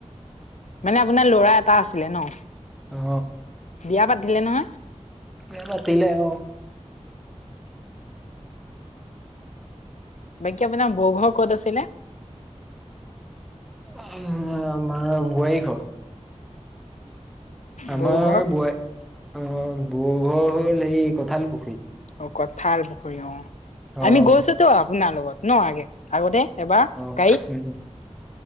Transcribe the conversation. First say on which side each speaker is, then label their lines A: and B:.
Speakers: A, on the left; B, in the centre.
A: মানে আপোনাৰ ল'ৰা এটা আছিলে ন?
B: অ।
A: বিয়া পাতিলে নহয়?
B: স নাতি অ।
A: বাকী আপোনাৰ বৰঘৰ ক'ত আছিলে?
B: অ আমাৰ বোৱাৰীঘৰ। আমাৰ
A: বৌ ঘৰ
B: বোৱাৰ অ ব ঘৰ হ'ল হে কঁঠাল পুখুৰীত।
A: অ কঠাল পুখুৰী অ
B: অ',
A: আমি গৈছোতো
B: অ',
A: আপোনাৰ লগত ন আগে আগতে। এবাৰ
B: উম,
A: গাড়ীত